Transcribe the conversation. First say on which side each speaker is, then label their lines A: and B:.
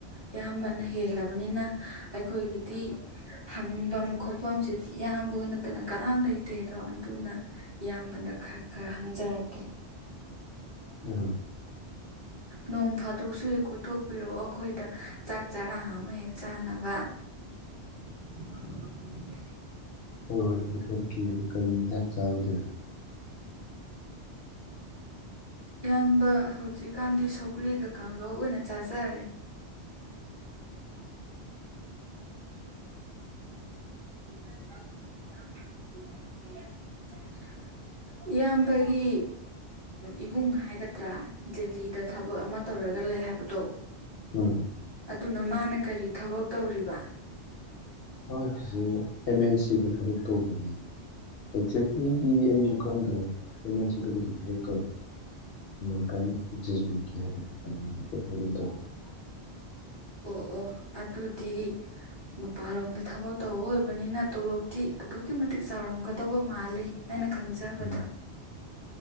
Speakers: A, on the right (about 25°); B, on the left (about 65°).
A: ꯑꯌꯥꯝꯕꯅ ꯍꯦꯜꯂꯕꯅꯤꯅ ꯑꯩꯈꯣꯏꯒꯤꯗꯤ ꯍꯪꯐꯝ ꯈꯣꯠꯐꯝꯁꯤꯗꯤ ꯏꯌꯥꯝꯕ ꯅꯠꯇꯅ ꯀꯅꯥꯝ ꯂꯩꯇꯦꯗꯣ ꯑꯗꯨꯅ ꯏꯌꯥꯝꯕꯗ ꯈꯔ ꯈꯔ ꯍꯪꯖꯔꯛꯀꯦ
B: ꯎꯝ
A: ꯅꯣꯡ ꯐꯥꯗꯣꯛꯁꯨ ꯍꯦꯛ ꯀꯣꯏꯊꯣꯛꯄꯤꯔꯛꯑꯣ ꯑꯩꯈꯣꯏꯗ ꯆꯥꯛ ꯆꯔꯥꯡ ꯑꯃ ꯍꯦꯛ ꯆꯥꯅꯕ <unintelligible>
B: ꯍꯣꯏ ꯍꯣꯏ ꯀꯣꯏꯊꯣꯔꯛꯀꯦ ꯑꯗꯨ ꯀꯔꯤ ꯌꯦꯟꯁꯥꯡ ꯆꯥꯒꯗꯣꯏꯅꯣ
A: ꯏꯌꯥꯝꯕ ꯍꯧꯖꯤꯛꯀꯥꯟꯗꯤ ꯁꯧꯒ꯭ꯔꯤꯒ ꯀꯥꯡꯒꯧꯎ ꯑꯣꯏꯅ ꯆꯥꯖꯔꯦ <unintelligible> ꯏꯌꯥꯝꯕꯒꯤ ꯏꯕꯨꯡ ꯍꯥꯏꯒꯗ꯭ꯔꯥ ꯗꯦꯜꯂꯤꯗ ꯊꯕꯛ ꯑꯃ ꯇꯧꯔꯒ ꯂꯩ ꯍꯥꯏꯕꯗꯣ
B: ꯎꯝ
A: ꯑꯗꯨꯅ ꯃꯥꯅ ꯀꯔꯤ ꯊꯕꯛ ꯇꯧꯔꯤꯕ
B: ꯃꯥꯏꯒꯤꯁꯤ ꯑꯦꯝ ꯑꯦꯟ ꯁꯤꯗ ꯊꯕꯛ ꯇꯧꯕꯅꯦ ꯑꯦꯛꯖꯦꯛꯂꯤꯗꯤ ꯑꯩꯁꯨ ꯈꯪꯗ꯭ꯔꯦ ꯑꯩꯅ ꯁꯤꯗꯕꯨꯗꯤ ꯊꯕꯛ ꯇꯧꯋ <unintelligible>
A: ꯑꯣ ꯑꯣ ꯑꯗꯨꯗꯤ ꯃꯄꯥꯟꯂꯣꯝꯗ ꯊꯕꯛ ꯇꯧꯕ ꯑꯣꯏꯕꯅꯤꯅ ꯇꯣꯂꯣꯞꯇꯤ ꯑꯗꯨꯛꯀꯤ ꯃꯇꯤꯛ ꯆꯥꯎꯔꯝꯒꯗꯧꯕ ꯃꯥꯜꯂꯤ ꯍꯥꯏꯅ ꯈꯪꯖꯕꯗ
B: ꯎꯝ